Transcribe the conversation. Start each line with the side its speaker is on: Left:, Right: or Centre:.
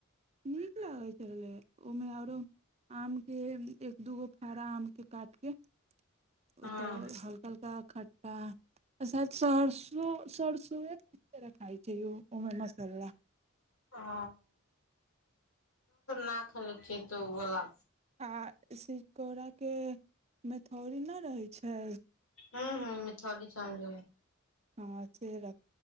Right: नीक लागै छलै ओहिमे आरो आमके एक दू गो फड़ा आमके काटि कऽ
Left: हँ
Right: ओ तऽ हल्का हल्का ख आ सा सरसो सरसो एक र रखाय छै उमे मसाला
Left: ओ न खल खत गला
Right: आ सिकोराके मेथौड़ नहि रहै छै।
Left: हू ह मिथी चल।
Right: हां अच्छे रख